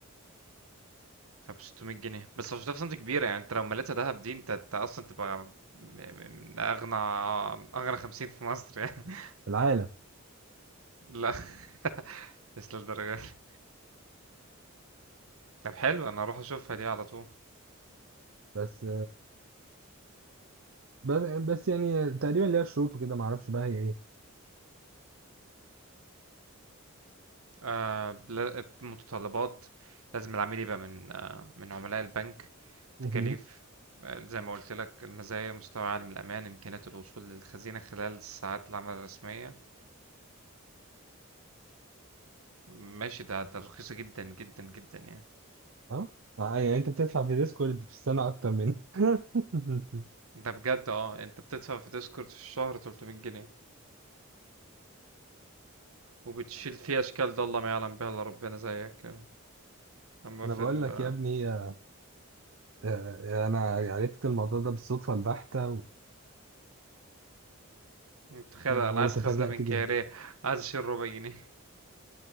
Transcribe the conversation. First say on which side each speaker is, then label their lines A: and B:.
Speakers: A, on the right; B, on the right.
A: فب 600 جنيه بس 10000 سنتي كبيره يعني انت لو مليتها دهب دي انت, انت اصلا تبقى م- م- من اغنى اغنى 50 في مصر يعني
B: العالم
A: <laughs> لا <laughs> مش للدرجه دي. طب حلو انا اروح اشوفها دي على طول
B: بس بس بس يعني تقريبا ليها شروط وكده ما اعرفش بقى هي ايه
A: آه لا- متطلبات لازم العميل يبقى من آه من عملاء البنك
B: مهم.
A: تكاليف آه، زي ما قلت لك المزايا مستوى عالي من الأمان إمكانية الوصول للخزينة خلال ساعات العمل الرسمية ماشي ده ده رخيصة جدا جدا جدا يعني
B: اه آه، يعني انت بتدفع في ديسكورد في السنة اكتر مني <laughs>
A: ده بجد اه انت بتدفع في ديسكورد في الشهر 300 جنيه وبتشيل فيه اشكال ده الله ما يعلم بها الا ربنا زيك اما
B: انا
A: في
B: بقول
A: ال
B: لك يا ابني آه، آه، انا عرفت الموضوع ده بالصدفه البحته و-
A: متخيل
B: و-
A: انا عايز
B: وتفاجأت
A: خزنة بنكارية
B: جدا
A: عايز اشيل ربع جنيه